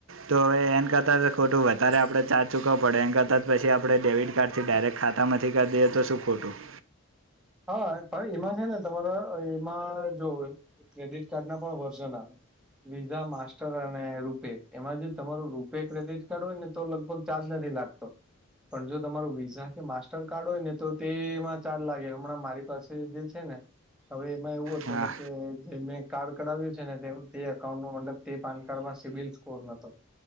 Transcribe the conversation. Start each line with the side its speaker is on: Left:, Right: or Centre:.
Right: તો હવે એમ કરતાં ખોટું વધારે આપણે ચાર્જ ચૂકવવા પડે એમ કરતાં જ પછી આપણે ડેબિટ કાર્ડથી ડાયરેક્ટ ખાતામાંથી કરી દઈએ તો શું ખોટું
Centre: હા પણ એમાં છે ને તમારા એમાં જો ક્રેડિટ કાર્ડ ના પણ વર્ઝન આવે વિઝા માસ્ટર અને રૂપે એમાં જે તમારું રૂપે ક્રેડિટ કાર્ડ હોય ને તો લગભગ ચાર્જ નથી લાગતો પણ જો તમારો વિઝા કે માસ્ટરકાર્ડ હોય ને તો તેમાં ચાર્જ લાગે હમણાં મારી પાસે જે છે ને હવે એમાં એવું હતું
Right: હા
Centre: ને કે જે મેને કાર્ડ કરાવ્યું છે ને તે અકાઉન્ટમાં તે પાન કાર્ડમાં સિવિલ સ્કોર નતો